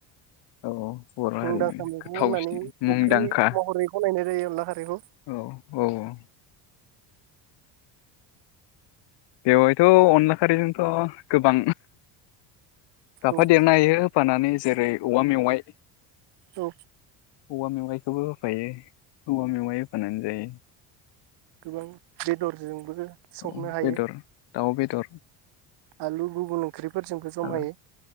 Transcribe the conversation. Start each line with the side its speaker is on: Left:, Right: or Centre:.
Left: औ बर' हारिनि
Right: मुंदांखा मैगं
Left: गोथावसिन
Right: होननानै
Left: मुंदांखा
Right: ओंख्रि महरै गनायनाय जायो अनला खारैखौ
Left: औ औ औ बेवहायथ' अनला खारिजोंथ' गोबां जाफा
Right: औ
Left: देरनो हायो फानानै जेरै औवा मेवाइ
Right: औ
Left: औवा मेवाइखौबो होफायो औवा मेवाइ होनानै जायो
Right: गोबां बेदरजोंबो सबनो
Left: औ
Right: हायो
Left: बेदर दाउ बेदर
Right: आलु गुबुन ओंख्रिफोरजोंबो जमायै
Left: आरो